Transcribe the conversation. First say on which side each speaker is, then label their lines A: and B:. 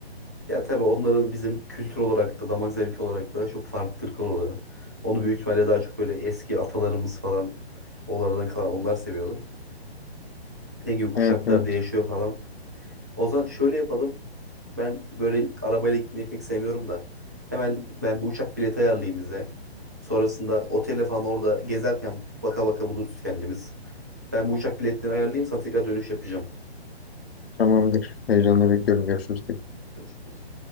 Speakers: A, on the right (about 15°); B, on the left (about 65°).
A: Ya tabii onların bizim kültür olarak da damak zevki olarak da çok farklılıklar oluyor. Onu büyük ihtimalle daha çok böyle eski atalarımız falan onlardan kalan onlar seviyorlar. Ege kuşaklarda
B: Evet evet
A: yaşıyor falan. O zaman şöyle yapalım. Ben böyle arabayla gitmeyi pek sevmiyorum da. Hemen ben bir uçak bileti ayarlayayım bize. Sonrasında otele falan orada gezerken baka baka buluruz kendimiz. Ben bu uçak biletlerini ayarlayayım sana tekrar dönüş yapacağım.
B: tamamdır. Heyecanla bekliyorum. Görüşürüz.
A: Görüşürüz.